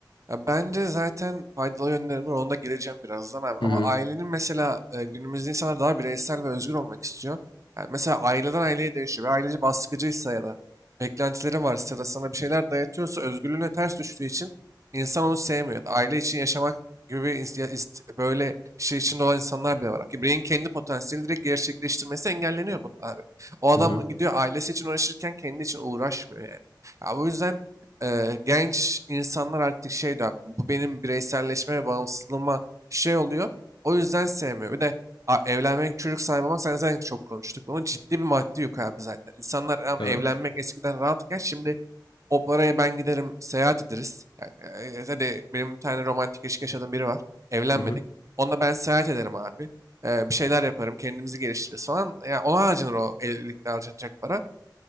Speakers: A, on the right; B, on the left.
A: Ya bence zaten faydalı yönleri var. Ona da gireceğim birazdan abi. Ama
B: Hı hı.
A: ailenin mesela e, günümüzde insanlar daha bireysel ve özgür olmak istiyor. Yani mesela aileden aileye değişiyor. Bir aileci baskıcıysa ya da beklentileri varsa ya da sana bir şeyler dayatıyorsa özgürlüğüne ters düştüğü için insan onu sevmiyor. Aile için yaşamak gibi bir ins- ya ist- böyle şey içinde olan insanlar bile var. Ki Bireyin kendi potansiyelini direkt gerçekleştirmesi engelleniyor bunun abi. O adam
B: Hı hı.
A: gidiyor ailesi için uğraşırken kendi için uğraşmıyor yani. Ya bu yüzden eee, genç insanlar artık şey diyor, bu benim bireyselleşme ve bağımsızlığıma şey oluyor. O yüzden sevmiyor. Bir de a- evlenmek, çocuk sahibi olmak sen zaten çok konuştuk. Bunun ciddi bir maddi yük abi zaten. İnsanlar am,
B: Evet.
A: evlenmek eskiden rahatken şimdi o paraya ben giderim seyahat ederiz. Yani, e, hadi benim bir tane romantik ilişki yaşadığım biri var. Evlenmedik.
B: Hı hı.
A: Onunla ben seyahat ederim abi. Eee, bir şeyler yaparım, kendimizi geliştiririz falan. Yani ona harcanır o evlilikte harcanacak para.